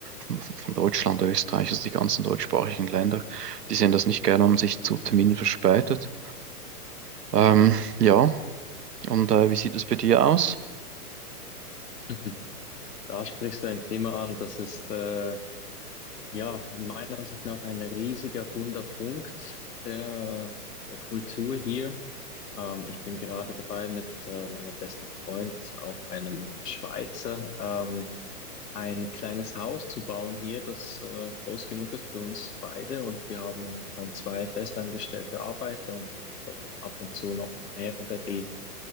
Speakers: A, on the right (about 80°); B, on the left (about 85°).
A: von, von Deutschland, Österreich, also die ganzen deutschsprachigen Länder, die sehen das nicht gerne, wenn man sich zu Terminen verspätet. Ähm, ja, und äh, wie sieht es bei dir aus?
B: <laughs> Da sprichst du ein Thema an, das ist, äh, ja, meiner Ansicht nach ein riesiger Wunderpunkt der, der Kultur hier. Ähm, ich bin gerade dabei, mit äh, meinem besten Freund, auch einem Schweizer, ähm, ein kleines Haus zu bauen hier, das äh, groß genug ist für uns beide. Und wir haben momentan zwei festangestellte Arbeiter und dann ab und zu noch mehrere, die